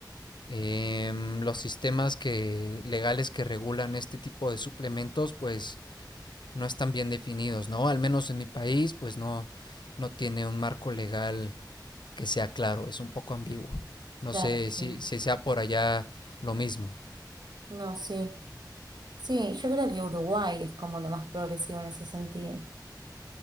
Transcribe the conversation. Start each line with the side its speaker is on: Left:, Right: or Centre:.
Left: em, los sistemas que, legales que regulan este tipo de suplementos, pues no están bien definidos, ¿no? Al menos en mi país, pues no, no tiene un marco legal que sea claro, es un poco ambiguo. No
Right: claro,
Left: sé
Right: sí.
Left: si, si sea por allá lo mismo.
Right: No, sí. Sí, yo creo que Uruguay es como lo más progresivo en ese sentido.